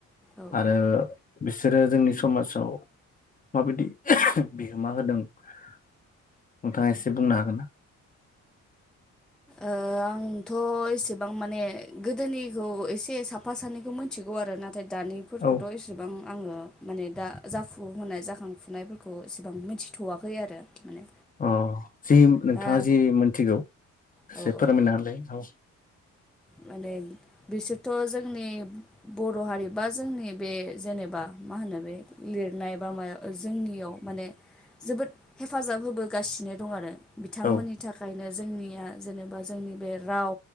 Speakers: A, in the centre; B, on the left.
A: औ ओ
B: आरो बिसोरो जोंनि समाजाव माबायदि बिहोमा होदों नोंथाङा एसे बुंनो हागोन ना?
A: ओ आंथ' एसेबां माने गोदोनिखौ एसे साफा सानैखौ मिथिगौ आरोना नाथाय दानिफोरखौथ'
B: औ
A: एसेबां आङो माने दा जाफुहोनाय जाखांफुनायफोरखौ एसेबां मिथि थ'वाखै आरो माने
B: अ जि नोंथाङा
A: दा
B: जि मोनथिगौ
A: औ
B: एसे फोरमायना
A: औ
B: होलाय औ
A: माने बिसोरथ' जोंनि बर' हारि बा जोंनि बे जेनेबा मा होनो बे लिर नाय माया जोंनियाव माने जोबोद हे हेफाजाब होबोगासिनो दं आरो बिथांमोननि
B: औ
A: थाखाय नो जोंनिया जेनेबा जोंनि बे राव